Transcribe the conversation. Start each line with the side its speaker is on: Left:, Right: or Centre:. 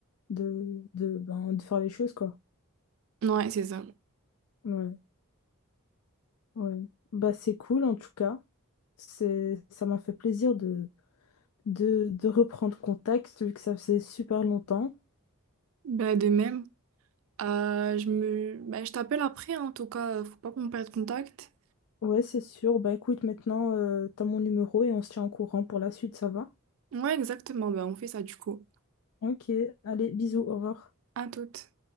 Left: de, de, ben, de faire les choses, quoi.
Right: Ouais, c'est ça.
Left: Ouais, ouais. Bah, c'est cool, en tout cas. C'est, ça m'a fait plaisir de, de, de reprendre contact, vu que ça faisait super longtemps.
Right: Bah, de même. Euh, je me... bah, je t'appelle après, hein, en tout cas, faut pas qu'on perde contact.
Left: Ouais, c'est sûr. Bah, écoute, maintenant, euh, t'as mon numéro et on se tient au courant pour la suite, ça va?
Right: Ouais, exactement, bah, on fait ça du coup.
Left: Ok, allez, bisous, au revoir.
Right: À toute.